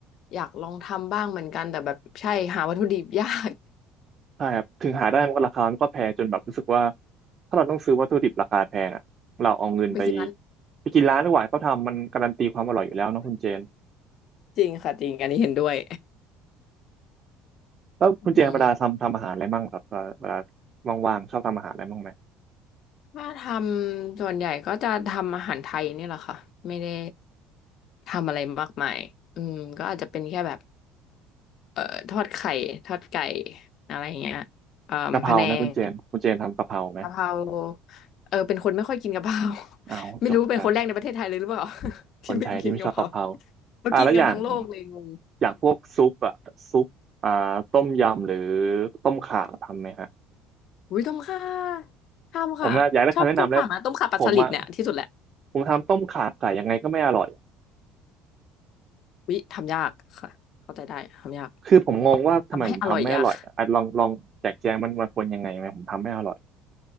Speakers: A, on the left; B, on the right.
A: อยากลองทำบ้างเหมือนกันแต่แบบใช่หาวัตถุดิบยาก
B: ใช่ครับถึงหาได้มันก็ราคามันก็แพงจนแบบรู้สึกว่าถ้าเราต้องซื้อวัตถุดิบราคาแพงอ่ะเราเอาเงินไป
A: <laughs> ไปกินร้าน
B: ไปกินร้านดีกว่าเขาทำมันการันตีความอร่อยอยู่แล้วเนอะคุณเจน
A: จริงค่ะจริงอันนี้เห็นด้วย
B: แล้วคุณเจนเวลาทำทำอาหารอะไรมั่งครับเอ่อเวลา
A: อืม
B: ว่างๆชอบทำอาหารอะไรมั่งไหม
A: ถ้าทำส่วนใหญ่ก็จะทำอาหารไทยเนี่ยแหละค่ะไม่ได้ทำอะไรมากมายอืมก็อาจจะเป็นแค่แบบ เอ่อทอดไข่ทอดไก่อะไรอย่างเงี้ยเอ่อพะแนง
B: กะเพราไหมคุณเจนคุณเจนทำกะเพราไหม
A: กะเพราเออเป็นคนไม่ค่อยกินกะเพรา <laughs>
B: เอาวจบกัน
A: ไม่รู้เป็นคนแรกในประเทศไทยเลยหรือเปล่า <laughs> ที่ไม่กินกะเพรา
B: คนไทยที่ไม่ชอบกะเพรา
A: มากินกันทั้งโลกเลยงง
B: อ่าแล้วอย่างอย่างพวกซุปอะซุปอ่าต้มยำหรือต้มข่าทำไหมฮะ
A: อุ้ยต้มข่าทำค่ะชอบต้มข่ามาต้มข่าปลาสลิดเนี่ยที่สุดแหละ
B: ผมนะอยากได้คำแนะนำแล้วผมอะผมทำต้มข่าไก่ยังไงก็ไม่อร่อย
A: วิ้ทำยากค่ะเข้าใจได้ทำยาก
B: คือผมงงว่าทำไมผมทำไม่อร่อยอะอ่ะลองลองแจกแจงมันมันควรยังไงไหมผมทำไม่อร่อย
A: ทำให้อร่อยยาก